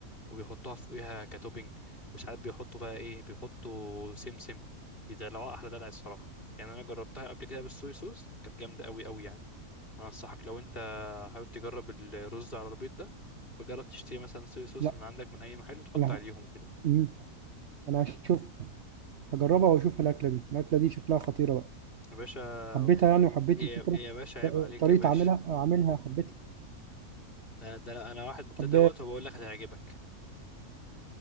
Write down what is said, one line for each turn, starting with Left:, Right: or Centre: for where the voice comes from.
Left: وبيحطوها فوقيها كتوبينج وساعات بيحطوا بقى ايه بيحطوا سمسم بيدلعوها احلى دلع الصراحه يعني انا جربتها قبل كده بالصويا صوص كانت جامده قوي قوي يعني انا انصحك لو انت حابب تجرب الرز على البيض ده بجرب تشتري مثلا صويا صوص
Right: لا
Left: من عندك من اي محل وتحط
Right: أنا
Left: عليهم وكده
Right: أمم. أنا هشوف هجربها وأشوف الأكلة دي الأكلة دي شكلها خطيرة بقى
Left: يا باشا
Right: حبيتها يعني وحبيت
Left: يا
Right: الفكرة
Left: يا باشا عيب عليك
Right: طريقة
Left: يا باشا
Right: عملها عاملها حبيتها
Left: ده ده انا أنا واحد مبتدئ
Right: أب...
Left: اهوت وبقول لك هتعجبك